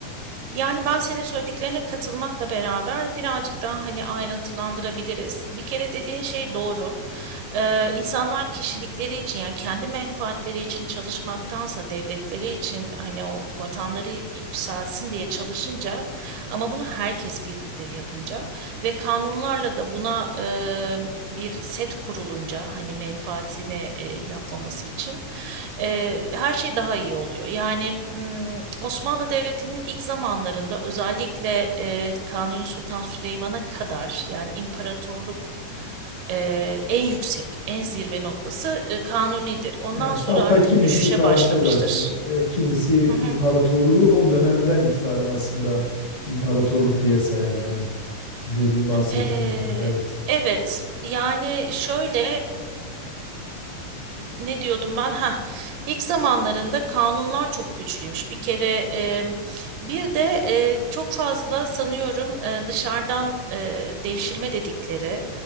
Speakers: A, on the right (about 80°); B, on the left (about 55°).
A: Yani ben senin söylediklerine katılmakla beraber birazcık daha hani ayrıntılandırabiliriz. Bir kere dediğin şey doğru. Ee, insanlar kişilikleri için yani kendi menfaatleri için çalışmaktansa devletleri için hani o vatanları yükselsin diye çalışınca ama bunu herkes birlikte yapınca ve kanunlarla da buna e, bir set kurulunca hani menfaatine e, yapmaması için e, her şey daha iyi oluyor. Yani mm, Osmanlı Devleti'nin ilk zamanlarında özellikle e, Kanuni Sultan Süleyman'a kadar yani imparatorluk e, en yüksek, en zirve noktası e, Kanuni'dir. Ondan
B: Evet,
A: sonra
B: hatta
A: artık
B: kimisi
A: düşüşe
B: parantez
A: başlamıştır.
B: açayım, e, kimisi
A: Hı hı.
B: imparatorluğu o dönemden itibaren aslında imparatorluk diye sayar yani dediğim bahsettiğim
A: E,
B: dönemden. Evet,
A: evet, yani şöyle ne diyordum ben? Ha, ilk zamanlarında kanunlar çok güçlüymüş. Bir kere e, bir de e, çok fazla sanıyorum e, dışarıdan e, devşirme dedikleri